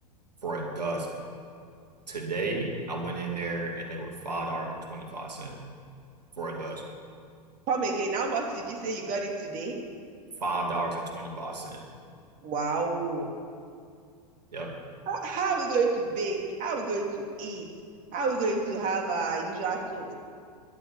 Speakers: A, on the right (about 80°); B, on the right (about 40°).
A: for a dozen. Today,
B: Mm-hmm.
A: I went in there and they were $5.25 for a dozen.
B: Come again. How much did you say you got it today?
A: $5.25.
B: Wow.
A: Yep.
B: How are we going to bake? How are we going to eat? How are we going to have our usual toast?